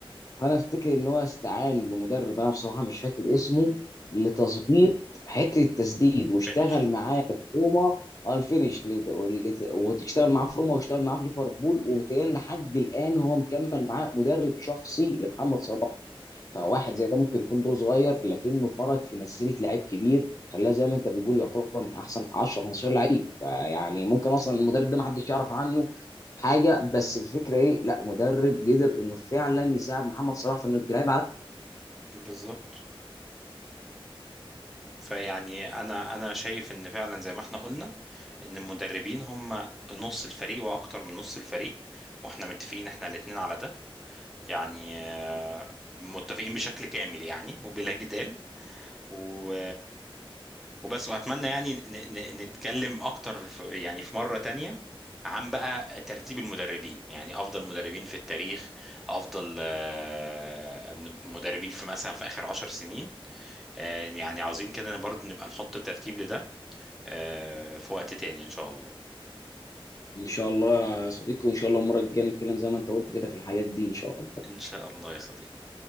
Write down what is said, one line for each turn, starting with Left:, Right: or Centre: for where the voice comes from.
Left: انا افتكر ان هو استعان بمدرب انا بصراحه مش فاكر اسمه
Centre: مم.
Left: لتظبيط حته التسديد واشتغل
Centre: فينش
Left: معاه في روما آه، الفينش لت- لت- وتشتغل معاه في روما واشتغل معاه في ليفربول ومتهيألي لحد الان هو مكمل معاه مدرب شخصي لمحمد صلاح
Centre: مم.
Left: فواحد زي ده ممكن يكون دور صغير لكنه فرق في مسيره لعيب كبير خلاه زي ما انت بتقول يعتبر من احسن 10 15 لعيب فيعني ممكن اصلا المدرب ده ما حدش يعرف عنه حاجه بس الفكره ايه لا مدرب قدر انه فعلا يساعد محمد صلاح في انه يبقى لعيب على
Centre: بالظبط فيعني انا انا شايف ان فعلا زي ما احنا قلنا ان المدربين هم نص الفريق واكتر من نص الفريق واحنا متفقين احنا الاتنين على ده يعني آه، متفقين بشكل كامل يعني وبلا جدال و... وبس واتمنى يعني ن... ن... نتكلم اكتر في... يعني في مرة تانية عن بقى ترتيب المدربين يعني افضل مدربين في التاريخ افضل آه، مد- مدربين في مثلا في اخر عشر سنين آه، يعني عاوزين كده برضه نبقى نحط ترتيب لده آه، في وقت تاني إن شاء الله
Left: ان شاء الله يا صديقي وان شاء الله المره الجايه نتكلم زي ما انت قلت كده في الحاجات دي ان شاء الله
Centre: إن شاء الله يا صديقي